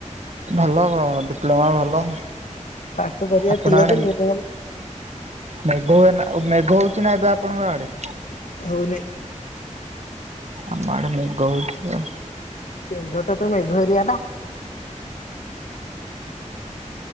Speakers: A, on the right; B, on the left.
A: ଭଲ ଡିପ୍ଲୋମା ଭଲ।
B: ଫାଷ୍ଟ କରିବା
A: ଆପଣ
B: ଥିଲା
A: ଆଡେ
B: ଯେ ଲେଟ ଭାରି।
A: ମେଘ <unintelligible> ମେଘ ହଉଛି ନା ଏବେ ଆପଣଙ୍କ ଆଡେ?
B: ହଉନି।
A: ଆମ ଆଡ଼େ ମେଘ ହେଉଚି ଆଉ।
B: କେଉଁଝର ଟା ତ ମେଘ ଏରିଆ ଟା।